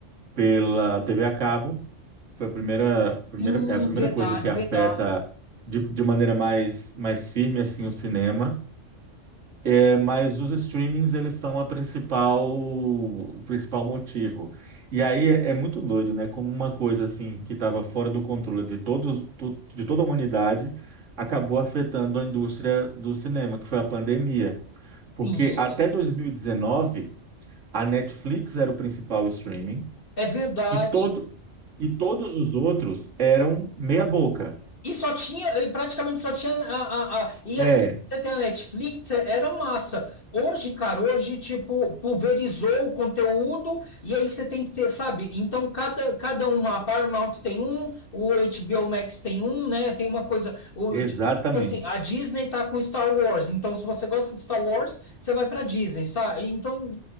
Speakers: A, on the right; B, on the left.
A: pela TV a cabo, foi a primeira, primeira,
B: Sim,
A: é a primeira
B: verdade,
A: coisa que afeta
B: verdade,
A: de, de maneira mais, mais firme assim o cinema. É, mas os streamings, eles são a principal, o principal motivo. E aí é, é muito doido, né? Como uma coisa assim que estava fora do controle de todos, to- de toda a humanidade, acabou afetando a indústria do cinema, que foi a pandemia. Porque
B: sim,
A: até 2019, a Netflix era o principal streaming
B: é verdade.
A: e todo e todos os outros eram meia boca.
B: E só tinha, e praticamente só tinha. A, a, a- e
A: É,
B: assim, você tem a Netflix, é- era massa. Hoje, cara, hoje, tipo, pulverizou o conteúdo, e aí você tem que ter, sabe? Então, cada, cada uma, a Paramount tem um, o HBO Max tem um, né? Tem uma coisa. O,
A: exatamente.
B: tipo assim, a Disney tá com Star Wars, então se você gosta de Star Wars, você vai pra Disney, sabe? Então,